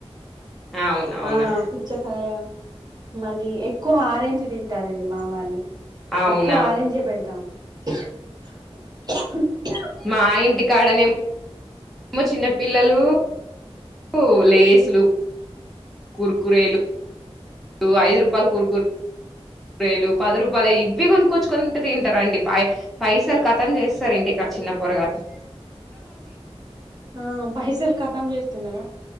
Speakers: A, in the centre; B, on the right.
A: అవును అవును
B: ఆ పుచ్చకాయ మళ్ళీ ఎక్కువ ఆరెంజ్ తింటారండి మా వాళ్ళు
A: అవునా
B: ఎక్కువ ఆరెంజే పెడతాం <unintelligible>
A: మా ఇంటి కాడనే మో చిన్న పిల్లలు <inaudible> లేసులు కుర్కురేలు <inaudible> ఐదు రూపాయలు కుర్‌కుర్ రేలు పది రూపాయలు ఇవి కొనుక్కొచ్చుకొంటు తింటారంండి పై పైసలు కతం చేస్తారు ఇంటి కా చిన్న పొరగాలు <unintelligible>
B: ఆ పైసలు కతం చేస్తున్నారా